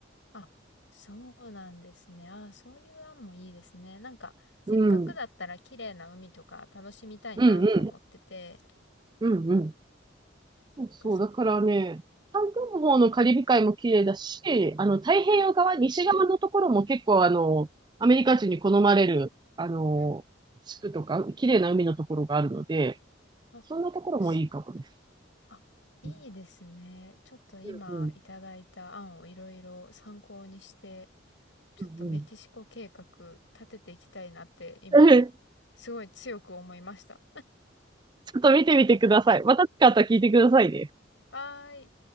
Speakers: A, on the left (about 70°); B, on the right (about 25°).
A: あ、そうなんですね。あー、そういう案もいいですね。なんか、せっかくだったら綺麗な海とか楽しみたいなとは思ってて。
B: うん。うんうん。うんうん。そうそう、
A: そっかそっか。
B: だからね、韓国の方のカリブ海も綺麗だし、あの、太平洋側、
A: はい。
B: 西側のところも結構あの、アメリカ人に好まれる、あの、
A: うん。
B: 地区とか、綺麗な海のところがあるので、
A: あ、
B: そんなところもいいかもです。
A: そう。あいいですね。
B: う
A: ちょっと今いただいた案をいろいろ参考にして、
B: んうん。
A: ちょっとメキシコ計画
B: うんうん。
A: 立てていきたいなって今、
B: <laughs>
A: すごい強く思いました。
B: ちょっと見てみてください。また使ったら聞いてくださいね。
A: はーい。